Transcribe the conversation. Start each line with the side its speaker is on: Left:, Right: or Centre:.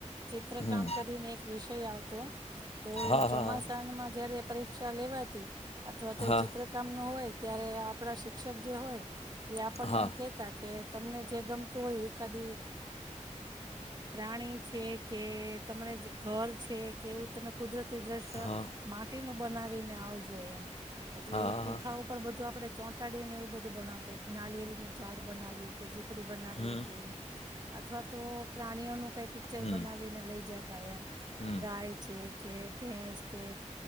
Right: ચિત્ર
Left: હમ
Right: કામ કરીને એક વિશ કઈ આવ તો તો
Left: હા
Right: ચોમાસામાં
Left: હા
Right: જયારે પરીક્ષા લેવાતી અથવા તો એ
Left: હા
Right: ચિત્રકામ નો હોય. ત્યારે આપણા શિક્ષક જે હોય એ આપણને
Left: હા
Right: કહેતા કે તમને જે ગમતું હો એક આદી પ્રાણી છે કે તમને ઘર છે કે એવું તમે કુદરત દ્રશ્ય
Left: હા
Right: માટે નુ બનાવીને આવ જઈએ એમ એટલે
Left: હા
Right: પૂઠા
Left: હા
Right: ઉપર બધું આપડે ચોંટાડીને એવું બધું બનાવતા એક નાલિરીનું ઝાડ બનાવી કે પપડી બનાવીયે
Left: હમ
Right: કે એવું અથવા તો પ્રાણીઓનું કંઈ પિક્ચર
Left: હમ
Right: બનાવીને લઇ જાત તા એમ
Left: હમ
Right: ગાય છે. કે ભેંસ કે